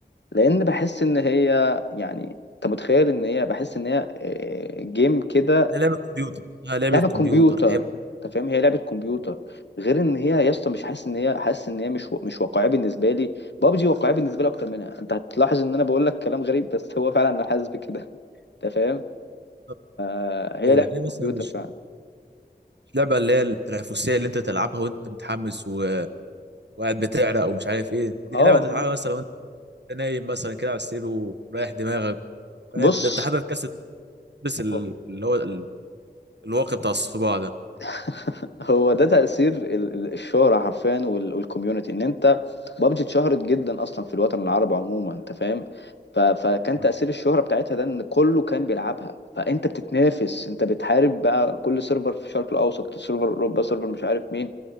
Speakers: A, on the left; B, on the right.
A: لان بحس ان هي يعني انت متخيل ان هي بحس ان هي آه، جيم كده
B: هي لعبه كمبيوتر هي لعبه
A: لعبه
B: كمبيوتر
A: كمبيوتر
B: هي
A: انت فاهم هي لعبه كمبيوتر غير ان هي يا اسطى مش حاسس ان هي حاسس ان هي مش و- مش واقعيه بالنسبه لي بابجي واقعيه بالنسبه لي اكتر منها انت هتلاحظ ان انا بقول لك كلام غريب بس هو فعلا انا حاسس بكده انت فاهم
B: بالظبط.
A: آه، هي
B: ايوه
A: لعبه
B: يعني مثلا
A: كمبيوتر
B: مش
A: فعلا
B: مش لعبه اللي هي التنافسيه اللي انت تلعبها وانت متحمس و... وقاعد بتعرق ومش عارف ايه دي
A: اه
B: لعبه انت تلعبها
A: آه.
B: مثلا انت نايم مثلا كده على السرير ورايح دماغك فاهم؟
A: بص
B: ده انت حضرتك كاس تلبس ال-
A: هو
B: اللي هو ال- الواقي بتاع الصباع ده
A: <laughs> هو ده تأثير ال- ال- الشهرة حرفيا وال- والكوميونتي ان انت بابجي اتشهرت جدا اصلا في الوطن العربي عموما انت فاهم ف- فكان
B: آه.
A: تأثير الشهرة بتاعتها ده ان كله كان بيلعبها فانت بتتنافس انت بتحارب بقى كل سيرفر في الشرق الاوسط سيرفر اوروبا سيرفر مش عارف مين